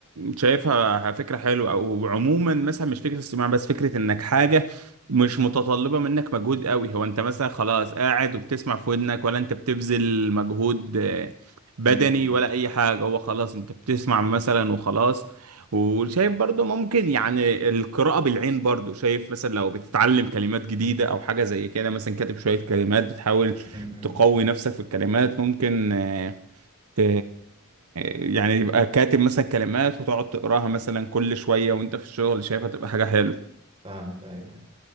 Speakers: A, on the right; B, on the right.
A: شايفها فكرة حلوة أو عموما مثلا مش فكرة الصياعة بس فكرة إنك حاجة مش متطلبة منك مجهود قوي هو أنت مثلا خلاص قاعد وبتسمع في ودنك ولا أنت بتبذل مجهود آه، بدني
B: م- م-
A: ولا أي حاجة هو خلاص أنت بتسمع مثلا وخلاص وشايف برضو ممكن يعني القراءة بالعين برضو شايف مثلا لو بتتعلم كلمات جديدة أو حاجة زي كده مثلا كاتب شوية كلمات بتحاول
B: م- م.
A: تقوي نفسك في الكلمات ممكن ت- يعني يبقى كاتب مثلا كلمات وتقعد تقراها مثلا كل شوية وانت في الشغل شايفها تبقى حاجة حلوة
B: فاهمك أيوه أيوه